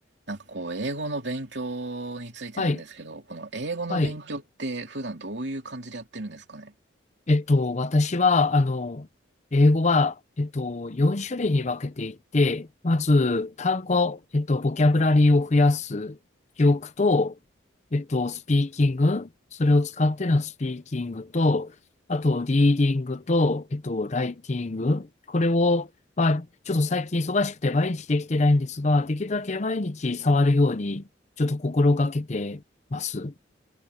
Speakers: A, on the right; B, on the left.
A: なんかこう、英語の勉強についてなんですけど、
B: はい、
A: この英語の勉は強いって普段どういう感じでやってるんですかね
B: はい。えっと、私は、あの、英語は、えっと、4種類に分けていて、まず、単語、えっと、ボキャブラリーを増やす、記憶と、えっと、スピーキング、それを使ってのスピーキングと、あと、リーディングと、えっと、ライティング、これを、まあ、ちょっと最近忙しくて毎日できてないんですが、できるだけ毎日触るように、ちょっと心がけてます。